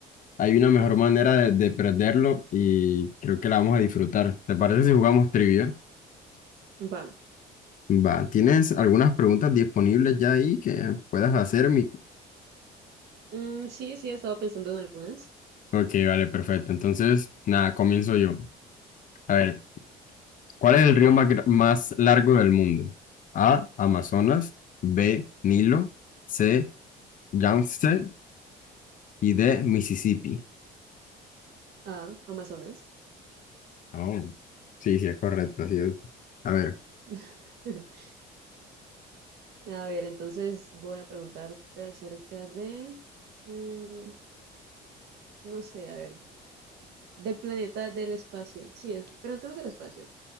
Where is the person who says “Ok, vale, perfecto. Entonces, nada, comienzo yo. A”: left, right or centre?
Left